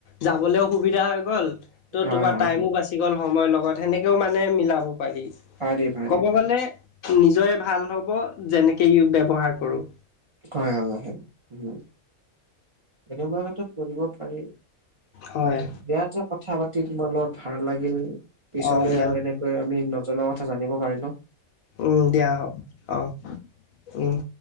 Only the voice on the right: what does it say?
হয়
হয় হয় হয়
হয়
পাৰি পাৰি
পাৰি
হয়, হয় হয়, উম। তেনেকুৱা ক্ষেত্ৰত কৰিব পাৰি,
কিন্তু - দিয়াতে কথা পাতি তোমাৰ লগত ভাল লাগিল। পিছলৈ
আৰু এনে কে আমি নজনা কথা জানিব পাৰিলোঁ।